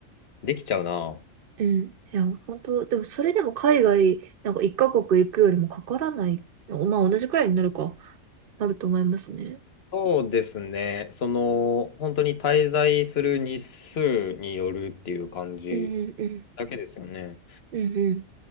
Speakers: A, on the left (about 50°); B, on the right (about 60°).
A: できちゃうな。
B: うん。いや、本当でも、それでも海外、なんか1カ国行くよりもかからない、まあ、同じくらいになるか、なると思いますね。
A: そうですね。その、本当に滞在する日数によるっていう感じ
B: うんうんうん。
A: だけですよね。
B: うんうん。